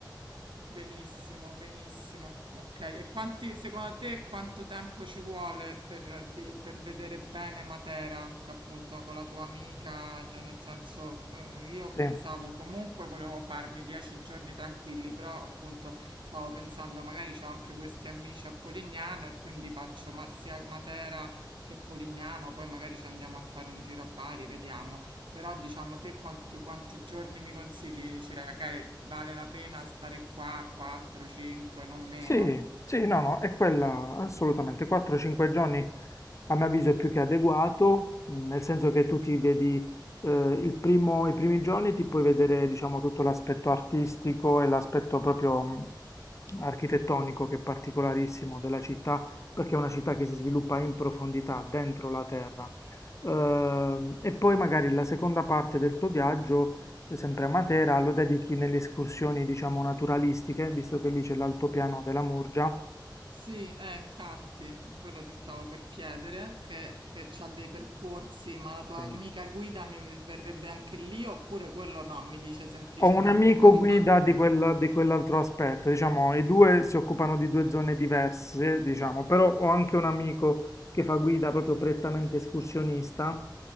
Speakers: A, on the right; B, on the left.
A: Benissimo, benissimo. Ok, e quanti, secondo te quanto tempo ci vuole per, di- per vedere bene Matera, co- appunto con la tua amica? Cioè, nel senso, qu- io pensavo
B: Sì.
A: comunque volevo farmi dieci giorni tranquilli, però appunto stavo pensando magari ho anche questi amici a Polignano e quindi faccio ma- sia Matera che Polignano, poi magari ci andiamo a fare un giro a Bari, vediamo. Però diciamo te quant- quanti giorni mi consigli? Mi dici, Rachele, vale la pena stare qua 4, 5, non meno?
B: Sì, sì, no, no, è quella assolutamente. 4-5 giorni a mio avviso è più che adeguato, mh, nel senso che tu ti vedi eh, il primo- i primi giorni ti puoi vedere, diciamo, tutto l'aspetto artistico e l'aspetto proprio mh, architettonico che è particolarissimo della città, perché è una città che si sviluppa in profondità, dentro la terra. Ehm, e poi magari la seconda parte del tuo viaggio sempre a Matera, lo dedichi nelle escursioni, diciamo, naturalistiche, visto che lì c'è l'altopiano della Murgia.
A: Sì, eh, infatti, quello ti stavo per chiedere, che, che c'ha dei percorsi, ma la tua
B: Sì.
A: amica guida mi verrebbe anche lì oppure quello no, mi dice semplicemente
B: Ho un amico
A: quali
B: guida
A: fa
B: di quel- di quell'altro aspetto, diciamo, i due si occupano di due zone diverse, diciamo, però ho anche un amico che fa guida proprio prettamente escursionista